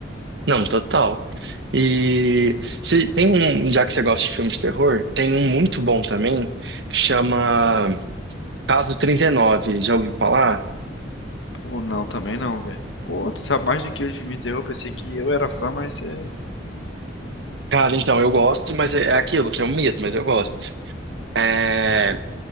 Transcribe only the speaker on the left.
Pô, não, também não, velho. Pô, tu sabe mais do que eu de filme de terror. Pensei que eu era fã, mas você... é-